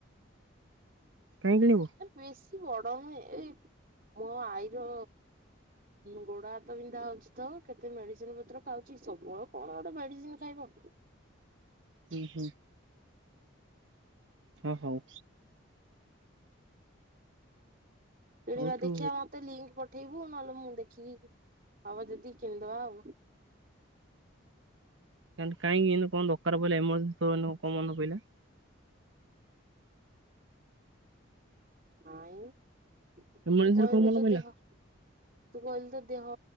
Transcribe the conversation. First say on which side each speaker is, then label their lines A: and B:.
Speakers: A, on the right; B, on the right.
A: କାହିଁ କିଣିବୁ
B: ବେଶୀ ବଡ ନୁହେଁ ଏଇ ମୋ ଆଈର ଗୋଡ ହାତ ବିନ୍ଧା ହଉଛି ତ କେତେ ମେଡିସିନ ପତ୍ର ଖାଉଛି ସବୁବେଳେ କଣ ଗୋଟେ ମେଡିସିନ ଖାଇବ
A: ହୁଁ ହୁଁ ହଁ ହଉ
B: ହେଇଟି
A: ହଉ
B: ବା
A: ତୁ
B: ଦେଖିବା ମୋତେ ଲିଙ୍କ ପଠେଇବୁ ନହେଲେ ମୁଁ ଦେଖିକି ହବ ଯଦି କିଣିଦବା ଆଉ
A: ଏମିତି କାଇଁ ଇନ୍ତୀ କଣ ଦରକାର ପଇଲା ଏମରଯେନ୍ କଣ ମନେ ପଇଲା
B: ନାଇଁ
A: ଏମର୍ଜେନ୍ସିରେ
B: କହିଲୁ
A: କଣ ମନେ
B: ତ
A: ପଇଲା
B: ଦେହ- ତୁ କହିଲି ତ ଦେହ